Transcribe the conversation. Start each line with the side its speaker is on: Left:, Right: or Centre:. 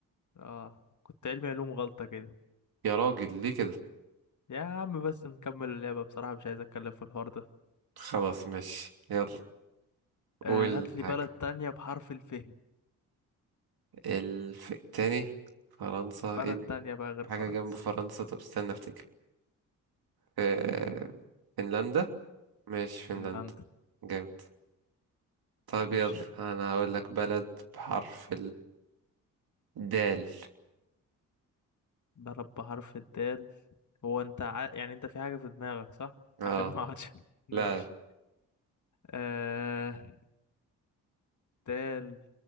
Left: اه كنت علمي علوم غلطة كده
Right: يا راجل ليه كده؟
Left: يا عم بس نكمل اللعبة بصراحة مش عايز اتكلم في الحوار ده
Right: خلاص ماشي يلا
Left: آه
Right: قول
Left: هات لي
Right: حاجة
Left: بلد تانية بحرف الف
Right: الف... تاني فرنسا
Left: بلد
Right: ايه اللي
Left: تانية بقى غير فرنسا
Right: حاجة جنب فرنسا طب استنى افتكر في فنلندا مش فنلندا
Left: فنلندا
Right: جامد طيب
Left: اخش
Right: يلا انا هقول لك بلد بحرف الدال
Left: بلد بحرف الدال هو انت ع... يعني انت في حاجة في دماغك صح
Right: اه
Left: عشان ما اقعدش <laughs> ماشي
Right: لا لا
Left: آه دال